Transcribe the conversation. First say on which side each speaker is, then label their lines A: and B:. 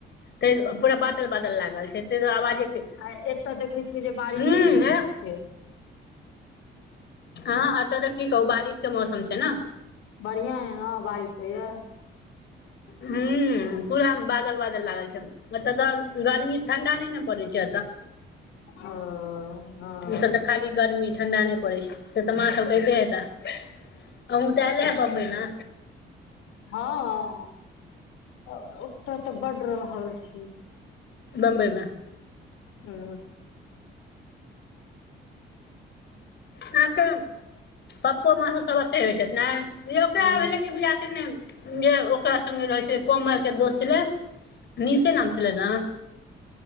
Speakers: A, on the left (about 60°); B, on the left (about 85°).
A: तै पूरा बाद बदल बादल लागै छै आवाजे कए
B: आ एतऽ देखै छियै जे बारिशे
A: हूं
B: नहि होइ
A: एह
B: छै
A: हँ एतऽ तऽ की कहू बारिश के मौसम छै न
B: बढ़ियां अए नऽ बारिश होए यै
A: हू पूरा बादल बादल लागल छै एतऽ तऽ गर्मी ठण्डा नैय ने पड़ै छै
B: ओ हँ
A: एतऽ खाली गरमी ठण्डा नई पड़ै छै से तऽ माँ सब कहिते हेताऽ अहूँ तऽ अएले हेब बम्बई न
B: हँ ओतऽ तऽ बडु रहल छी
A: बम्बै मे
B: हू
A: अहाँके पप्पो माँ सब सब एत राहई छईथ नै यै ओकरा
B: ह
A: भेलै कि बुझै नै नै जे ओकरा संगे रहै छै कोमल के दोस छलै निशे नाम छलै नऽ